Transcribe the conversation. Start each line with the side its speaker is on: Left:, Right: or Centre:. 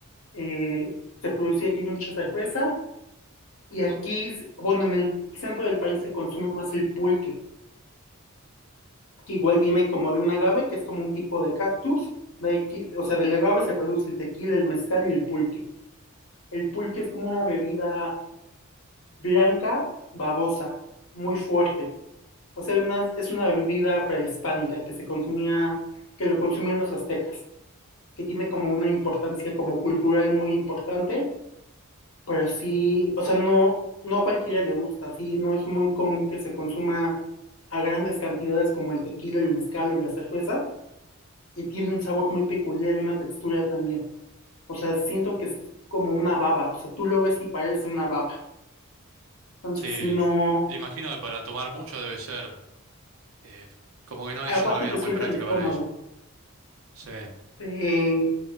Left: Eh, se producía aquí mucha cerveza y aquí, s- bueno, en el centro del país se consume más el pulque, que igual viene como de un agave, que es como un tipo de cactus. De aquí- o sea, del agave se produce el tequila, el mezcal y el pulque. El pulque es como una bebida Blanca, babosa, muy fuerte. O sea, además es una bebida prehispánica que se consumía, que lo consumían los aztecas, que tiene como una importancia como cultural muy importante, pero sí, o sea, no, no a cualquiera le gusta, sí, no es muy común que se consuma a grandes cantidades como el tequila, el mezcal o la cerveza, y tiene un sabor muy peculiar y una textura también. O sea, siento que es como una baba, o sea, tú lo ves y parece una baba. Entonces,
Right: Sí,
Left: sí, no.
Right: imagino que para tomar mucho debe ser, eh, como que no
Left: Aparte
Right: es una bebida
Left: te suelta
Right: muy práctica
Left: el estómago.
Right: para eso. Sí.
Left: Te-